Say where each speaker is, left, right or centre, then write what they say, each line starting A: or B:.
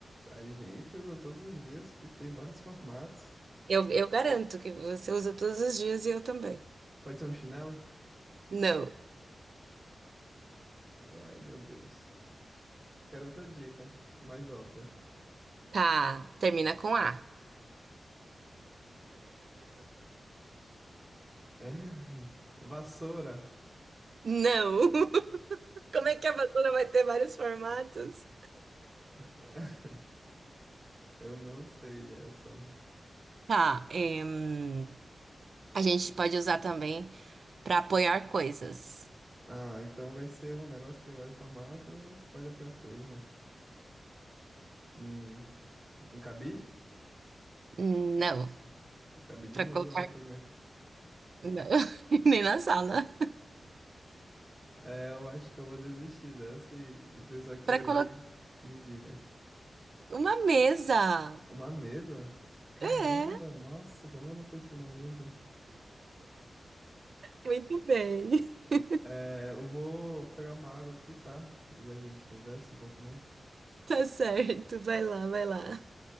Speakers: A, on the right; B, on the right.
A: A gente usa todos os dias que tem vários formatos.
B: Eu, eu garanto que você usa todos os dias e eu também.
A: Pode ser um chinelo?
B: Não.
A: Ai, meu Deus. Quero outra dica, mais óbvia.
B: Tá. Termina com A.
A: <laughs> Vassoura.
B: Não. <laughs> Como é que a vassoura vai ter vários formatos?
A: É, Eu não sei essa.
B: Tá. em, a gente pode usar também para apoiar coisas.
A: Ah, então vai ser um negócio que tem vários formatos, pode apoiar coisa. Hum, um cabide?
B: Não.
A: Um cabide
B: Para
A: não
B: colocar.
A: usa na cozinha.
B: Não. <laughs> Nem na sala.
A: É, eu acho que eu vou desistir dessa e, e precisar que você
B: Para colocar
A: me, di- me diga.
B: uma mesa.
A: Uma mesa? Caramba,
B: É.
A: nossa, como eu não pensei na mesa?
B: Muito bem. <laughs>
A: É, eu vou pegar uma água aqui, tá? Já a gente conversa um pouco mais.
B: Tá certo. Vai lá, vai lá.